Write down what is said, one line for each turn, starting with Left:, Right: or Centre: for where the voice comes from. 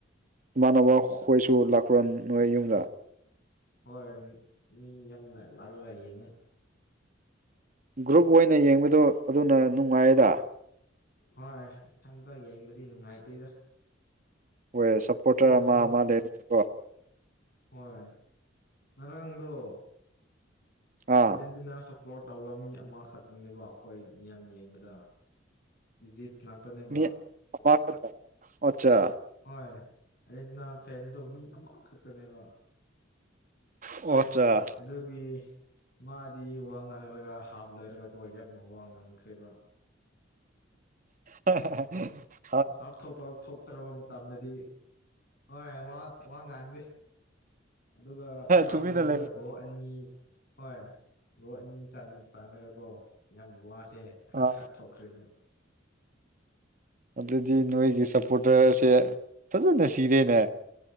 Right: ꯏꯃꯥꯟꯅꯕ ꯈꯣꯏꯁꯨ ꯂꯥꯛꯄꯔ ꯅꯣꯏ ꯌꯨꯝꯗ
Left: ꯍꯣꯏ ꯃꯤ ꯌꯥꯝ ꯂꯥꯛꯂꯒ ꯌꯦꯡꯉꯦ
Right: ꯒ꯭ꯔꯨꯞ ꯑꯣꯏꯅ ꯌꯦꯡꯕꯗꯣ ꯑꯗꯨꯅ ꯅꯨꯡꯉꯥꯏꯌꯦꯗ
Left: ꯍꯣꯏ ꯏꯊꯟꯇ ꯌꯦꯡꯕꯗꯤ ꯅꯨꯡꯉꯥꯏꯇꯦꯗ
Right: ꯍꯣꯏ ꯁꯞꯄꯣꯔꯇꯔ ꯑꯃ
Left: ꯐꯣꯟ
Right: ꯑꯃ ꯂꯩꯔꯀꯣ
Left: ꯍꯣꯏ ꯉꯔꯥꯡꯗꯣ
Right: ꯑꯥ
Left: ꯑꯥꯔꯖꯦꯟꯇꯤꯅꯥ ꯁꯄꯣꯔꯠ ꯇꯧꯕ ꯃꯤ ꯑꯃꯈꯛꯇꯅꯦꯕ ꯑꯩꯈꯣꯏ ꯃꯤꯌꯥꯝ ꯌꯦꯡꯕꯗ ꯏꯖꯤꯞ ꯉꯥꯛꯇꯅꯦꯕ
Right: ꯃꯤ ꯑꯃꯈꯛꯇ ꯑꯣꯆꯥ
Left: ꯍꯣꯏ ꯑꯔꯖꯦꯟꯇꯤꯅꯥ ꯐꯦꯟꯗꯣ ꯃꯤ ꯑꯃꯈꯛꯇꯅꯦꯕ
Right: ꯑꯣꯆꯥ
Left: ꯑꯗꯨꯒꯤ ꯃꯥꯗꯤ ꯋꯥ ꯉꯥꯡꯔꯒ ꯍꯥꯞ ꯂꯣꯏꯔꯒꯀꯣ ꯌꯥꯝꯅ ꯋꯥ ꯉꯥꯡꯈ꯭ꯔꯦꯕ
Right: ꯑ ꯍꯥ ꯍꯥ
Left: ꯍꯥꯞꯊꯣꯛꯄ ꯊꯣꯛꯇ꯭ꯔꯕ ꯃꯇꯝꯗꯗꯤ ꯍꯣꯏ ꯋꯥ ꯋꯥ ꯉꯥꯡꯗꯦ ꯑꯗꯨꯒ ꯍꯥꯞ
Right: ꯇꯨꯃꯤꯟꯅ
Left: ꯂꯣꯏꯔꯒ
Right: ꯂꯩꯔꯦ
Left: ꯒꯣꯜ ꯑꯅꯤ ꯍꯣꯏ ꯒꯣꯜ ꯑꯅꯤ ꯆꯟꯕꯗꯀꯣ ꯌꯥꯝ ꯋꯥꯁꯦ ꯈꯔ
Right: ꯑꯥ
Left: ꯈꯔ ꯊꯣꯛꯈ꯭ꯔꯦꯕ
Right: ꯑꯗꯨꯗꯤ ꯅꯣꯏꯒꯤ ꯁꯞꯄꯣꯔꯇꯔꯁꯦ ꯐꯖꯅ ꯁꯤꯔꯦꯅꯦ